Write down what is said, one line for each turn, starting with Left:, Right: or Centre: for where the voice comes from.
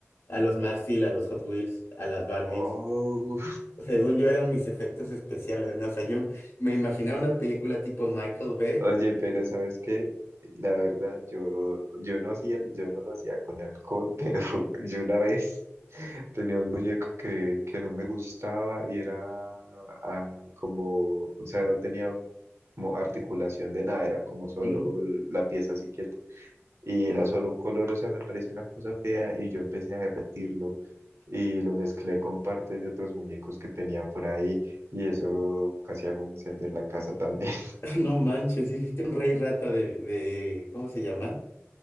Left: A los Maxil, a los Hot Wheels, a las Barbies.
Right: Oh.
Left: Según yo eran mis efectos especiales, ¿no? O sea, yo me imaginaba una película tipo Michael Bay.
Right: Oye, pero ¿sabes qué? La verdad, yo, yo no hacía, yo no lo hacía con alcohol, pero <laughs> yo una vez tenía un muñeco que, que no me gustaba y era ah, como, o sea, no tenía como articulación de nada, era como solo
Left: Ujú.
Right: l- la pieza así quieta. Y era solo un color, o sea, me parecía una cosa fea y yo empecé a derretirlo y lo mezclé con partes de otros muñecos que tenía por ahí y eso casi hago un incendio en la casa también.
Left: <laughs> No manches, hiciste un rey rata de, de, ¿cómo se llama?